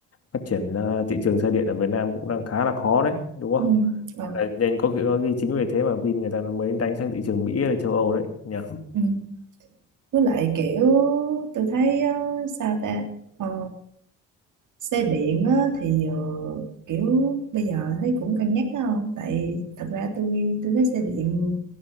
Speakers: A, on the left; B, on the right.
A: phát triển ờ, thị trường xe điện ở Việt Nam cũng đang khá là khó đấy đúng
B: Ừ.
A: không
B: Ừ.
A: nên là- nên có khi có khi chính vì thế mà Vin người ta mới đánh sang thị trường Mỹ hay là châu Âu đấy nhỉ
B: Ừ. với lại kiểu tôi thấy ờ, sao ta Ờ, xe điện á, thì ờ, kiểu bây giờ thấy cũng cân nhắc đó không tại thật ra tôi tôi thấy xe điện